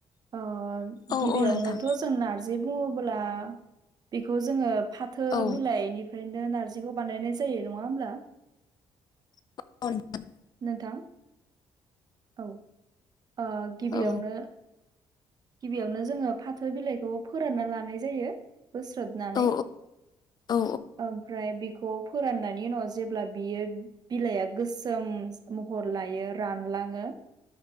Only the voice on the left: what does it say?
औ
औ नोंथां
औ
<inaudible>
औ
औ औ